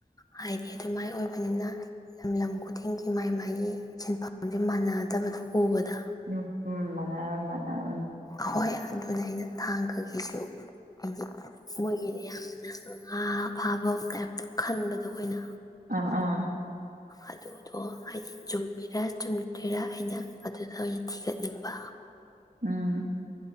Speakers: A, on the left; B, on the right.
A: ꯍꯥꯏꯗꯤ ꯑꯗꯨꯃꯥꯏ ꯑꯣꯏꯕꯅꯤꯅ ꯂꯝ ꯂꯝ ꯈꯨꯗꯤꯡꯒꯤ ꯃꯥꯏ ꯃꯥꯒꯤ ꯁꯤꯟꯐꯝꯁꯦ ꯃꯥꯟꯅꯗꯕꯗꯣ ꯎꯕꯗ
B: ꯎꯝ ꯎꯝ ꯃꯅꯔꯣꯏ ꯃꯅꯔ
A: ꯍꯣꯏ ꯑꯗꯨꯅ ꯑꯩꯅ ꯊꯥꯡ ꯈꯒꯤꯁꯨ ꯍꯥꯏꯗꯤ ꯃꯣꯏꯒꯤꯗ ꯑꯌꯥꯝꯕꯅ ꯉꯥ ꯐꯥꯕ ꯇꯥꯏꯞꯇꯣ ꯈꯟꯕꯗꯣ ꯑꯩꯈꯣꯏꯅ
B: ꯑꯥ ꯑꯥ
A: ꯑꯗꯨꯗꯣ ꯍꯥꯏꯗꯤ ꯆꯨꯝꯃꯤꯔꯥ ꯆꯨꯝꯗ꯭ꯣꯏꯔꯥ ꯑꯩꯅ ꯑꯗꯨꯗ ꯑꯣꯏꯅ ꯊꯤꯒꯠꯅꯤꯡꯕ
B: ꯎꯝ